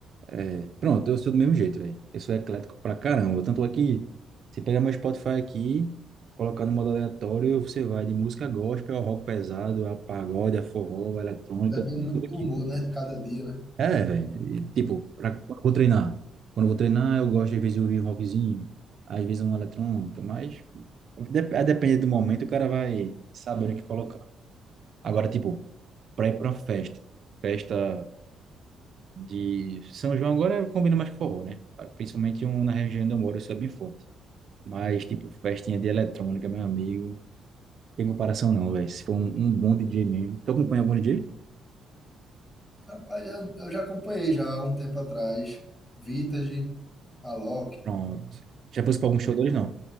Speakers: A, on the right; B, on the left.
A: É, Pronto, eu sou do mesmo jeito, velho. Eu sou eclético pra caramba. Tanto é que você pegar meu Spotify aqui, colocar no modo aleatório, você vai de música gospel ao rock pesado, a pagode, a forró, a eletrônica,
B: Depende muito
A: tudo aqui.
B: do humor, né? De cada dia, né?
A: É, velho. Tipo, pra, quando eu vou treinar. Quando eu vou treinar, eu gosto às vezes de ouvir um rockzinho, às vezes uma eletrônica, mas dep- a depender do momento, o cara vai sabendo o que colocar. Agora, tipo, pra ir pra festa. Festa de São João agora combina mais com forró, né? Principalmente um, na região onde eu moro, isso é bem forte. Mas, tipo, festinha de eletrônica, meu amigo, tem comparação não, velho. Se for um, um bom DJ mesmo. Tu acompanha algum DJ?
B: Rapaz, eu, eu já acompanhei já há um tempo atrás. Vintage, Alok.
A: Pronto. Já fosse pra algum show deles, não?